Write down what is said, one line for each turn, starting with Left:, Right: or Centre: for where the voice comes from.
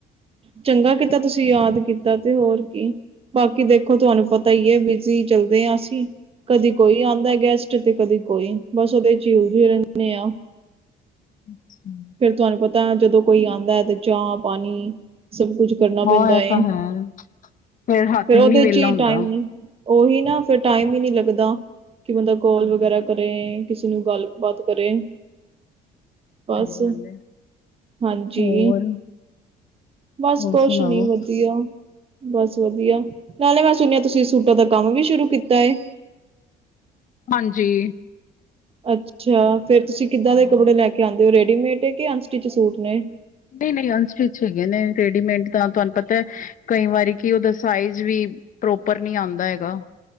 Right: ਚੰਗਾ ਕੀਤਾ ਤੁਸੀਂ ਯਾਦ ਕੀਤਾ ਤੇ ਹੋਰਕੀਬਾਕੀ ਦੇਖੋ ਤੁਹਾਨੂੰ ਪਤਾ ਹੀ ਹੈ। ਬੀਸੀ ਚੱਲਦੇ ਹਾਂ ਅਸੀਂ। ਕਦੀ ਕੋਈ ਆਉਂਦਾ ਗੈਸਟ ਤੇ ਕਦੀ ਕੋਈ। ਬਸ ਉਹਦੇ ਝੀਲ ਜ ਰਹਿੰਦੇ ਆ।
Left: ਅੱਛਾ।
Right: ਫੇਰ ਤੁਹਾਨੂੰ ਪਤਾ ਜਦੋਂ ਕੋਈ ਆਉਂਦਾ ਹੈ। ਤੇ ਚਾਹ -ਪਾਣੀ ਸਭ ਕੁਛ। ਕਰਨਾ
Left: ਹਾਂ
Right: ਪੈਂਦਾ
Left: ਇਹ
Right: ਏ।
Left: ਤਾਂ ਹੈ। ਹੱਥ
Right: ਫੇਰ ਉਹਦੇ
Left: ਨੀ ਵਿਹਲਾ
Right: ਚ' ਹੀ
Left: ਹੁੰਦਾ।
Right: ਟਾਈਮ ਨੀ। ਉਹੀ ਨਾ ਫਿਰ ਟਾਈਮ ਹੀ ਨਹੀਂ ਲੱਗਦਾ। ਕਿ ਬੰਦਾ
Left: ਹਾਂ।
Right: ਕੋਲ ਵਗੈਰਾ ਕਰੇ। ਕਿਸੇ ਨੂੰ ਗੱਲਬਾਤ ਕਰੇ। ਬਸ
Left: ਸਹੀ ਗੱਲ ਏ।
Right: ਹਾਂਜੀ
Left: ਹੋਰ,
Right: ਬਸ
Left: ਹੋਰ
Right: ਕੁਛ
Left: ਸੁਣਾਓ?
Right: ਨੀ ਵਧੀਆ। ਬਸ ਵਧੀਆ ਨਾਲੇ ਮੈਂ ਸੁਣਿਆ ਤੁਸੀਂ ਸੂਟਾਂ ਦਾ ਕੰਮ ਵੀ ਸ਼ੁਰੂ ਕੀਤਾ ਹੈ।
Left: ਹਾਂਜੀ।
Right: ਅੱਛਾ ਫਿਰ ਤੁਸੀਂ ਕਿੱਦਾਂ
Left: ਹਾਂ।
Right: ਦੇ ਕੱਪੜੇ ਲੈ ਕੇ ਆਉਂਦੇ ਹੋ' ਰੇਡੀਮੇਡ ਕਿ ਅਨਸਟਿਚ ਸੂਟ ਨੇ।
Left: ਨਹੀਂ ਨਹੀਂ ਅਨਸਟਿਚ ਹੈਗੀਆਂ ਨੇ ਰੇਡੀਮੇਡ ਤਾਂ ਤੁਹਾਨੂੰ ਪਤਾ ਹੈ ਕਈ ਵਾਰੀ ਕਿ ਉਹਦਾ ਸਾਈਜ਼ ਵੀ। ਪ੍ਰੋਪਰ ਨੀ ਆਉਂਦਾ ਹੈਗਾ'